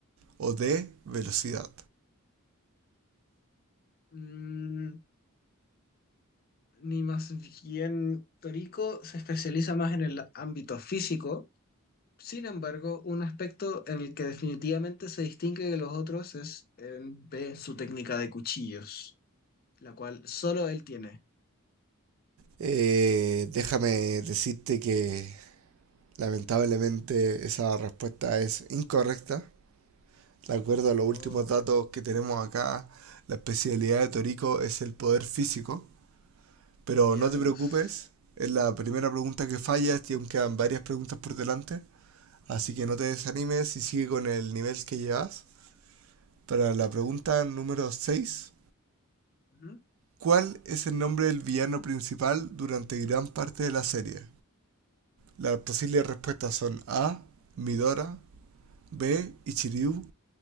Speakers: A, on the right; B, on the left.
A: o D, velocidad.
B: Mm, ni más bien, Toriko se especializa más en el ámbito físico, sin embargo, un aspecto en el que definitivamente se distingue de los otros es en B, su técnica de cuchillos. la cual solo él tiene.
A: Eh, déjame decirte que lamentablemente esa respuesta es incorrecta De acuerdo a los
B: Oh,
A: últimos datos que tenemos acá, la especialidad de Torico es el poder físico. Pero
B: diablos.
A: no te preocupes, es la primera pregunta que fallas y aún quedan varias preguntas por delante. Así que no te desanimes y sigue con el nivel que llevas. Para la pregunta
B: Perfecto.
A: número 6,
B: Ujú.
A: ¿cuál es el nombre del villano principal durante gran parte de la serie? Las posibles respuestas son A, Midora, B, Ichiryu,